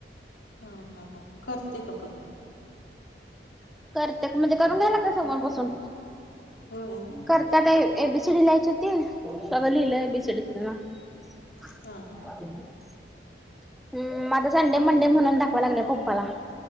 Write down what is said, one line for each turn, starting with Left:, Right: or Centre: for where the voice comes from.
Left: हा हा हा करते का पण?
Centre: करते म्हणजे करून द्याय लागते समोर बसून.
Left: होय
Centre: करत्या काय एबीसीडी लियाची होती. सगळं लिहल एबीसीडी तिनं.
Left: हा
Centre: <inaudible>
Left: हा हा
Centre: ह मा आत संडे-मंडे म्हणून दाखवा लागल्या पप्पाला.